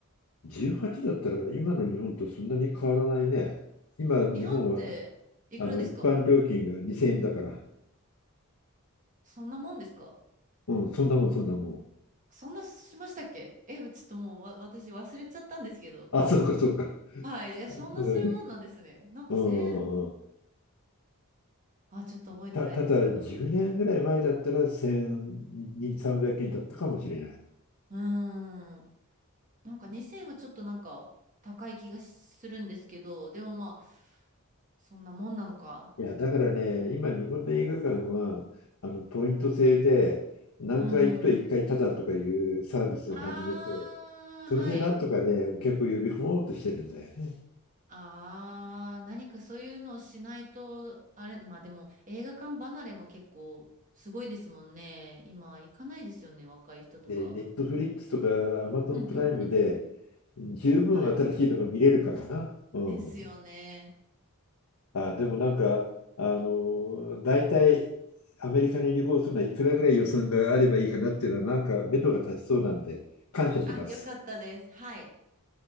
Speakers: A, on the left; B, on the right.
A: 18だったら今の日本とそんなに変わらないね。今、
B: 日本っていくらですか
A: 日本はあの一般料金が2000円だから。
B: そんなもんですか
A: うん、そんなもん、そんなもん。
B: そんなしましたっけえ、ちょっともうわ私忘れちゃったんですけど。
A: あ、そうか、そうか。
B: はい、え、そんなするもんなんですね。
A: うん。
B: なんか1000円、
A: うん。
B: あ、ちょっと覚えてないですけど。
A: た、ただ、10年ぐらい前だったら1200、300円だったかもしれない。
B: うーん。なんか2000円はちょっとなんか高い気がするんですけど、でもまあ、そんなもんなのか。
A: いや、だからね、今、日本の映画館は、あの、ポイント制で、何回行くと1回タダとかいうサービスを始めて、
B: うーん。ああ、
A: それでなんとかね、
B: はい。
A: お客を呼び込もうとしてるんだよね。
B: ああ、何かそういうのをしないと、あれ、まあでも映画館離れも結構すごいですもんね。今行かないですよね、若い人とか。
A: で、ネットフリックスとかアマゾンプライムで、
B: うんうんうんうん。
A: 十分新しいのが見れるからな。
B: はい。
A: うん。
B: ですよね。
A: あ、でもなんか、あの、大体、アメリカに旅行するのはいくらぐらい予算があればいいかなっていうのは、なんか目処が立ちそうなんで、感謝します。
B: あ、よかったです。はい。